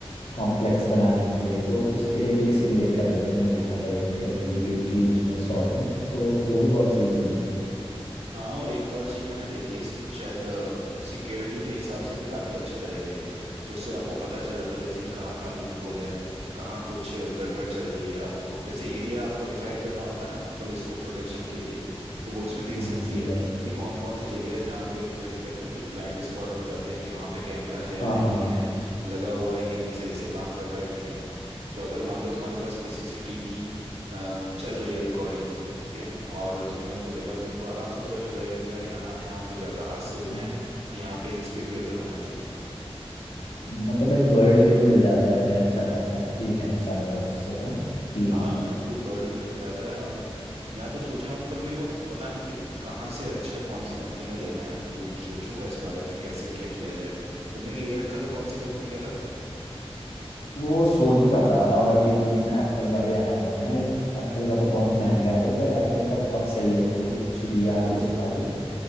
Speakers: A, on the left; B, on the right.
A: कॉम्प्लेक्स बनाने के लिए तो उसके लिए भी ये सिमुलेट कर रहे थे मैंने देखा था एक यूट्यूब की उसमें शॉर्ट में तो वो भी बहुत सही चीज़ है
B: हाँ और एक और चीज मैंने देखी है इसको कि शायद सिक्योरिटी के हिसाब से भी काफी अच्छा रहेगा ये तो उससे आपको पता चल जाता है जैसे कि कहाँ कहाँ लूप होल है कहाँ कुछ गड़बड़ चल रही है आपको जैसे एरिया आपको डिफाइन करना होता है ना पुलिस को प्रोटेक्शन के लिए तो वो इसमें देख
A: हाँ
B: सकती
A: सही
B: है
A: कह रहे हो
B: कि कौन कौन सी जगह है जहाँ पे जैसे कहते हैं ना कुछ ब्लाइंड स्पॉट हो जाते हैं कि वहाँ पे कैमरा है
A: हाँ
B: नहीं
A: हाँ
B: है लगा हुआ है कि नहीं सही से काम कर रहा है कि नहीं तो अगर मान लो तुम्हारे पास किसी सिटी की अ, चल रही है रिकॉर्डिंग ठीक है और तुमने उसको देखा तो तुमको आराम से पता चल जाएगा कि यार यहाँ यहाँ पे ज्यादा हादसे हुए
A: हम्म,
B: हैं तो यहाँ पे एक स्पीड ब्रेकर होना चाहिए
A: मतलब एक बर्ड व्यू मिल जाता है उन्हें अच्छा खासा ये कहना चाह रहे हो आप उससे ना कि
B: हाँ बिल्कुल बर्ड व्यू मिल जाता है और मैं तो सोच रहा हूँ पर मेरे को पता नहीं कि कहाँ से अच्छा कौन सी कंपनी का लेना है तो सोचूंगा इस बारे में कैसे क्या किया जाए तुमने ले रखा था कौन सी कंपनी का था
A: वो सोनी का था और अब ये बीच में एप्पल का भी आया हुआ ना एक एप्पल का तो बहुत महंगा है वो पर एप्पल का बहुत सही है वो वो कुछ वीआर कुछ था वो